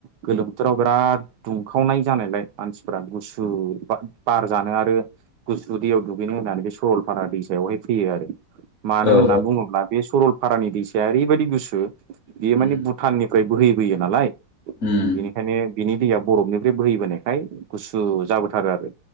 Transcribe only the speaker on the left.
औ
औ
उम
उम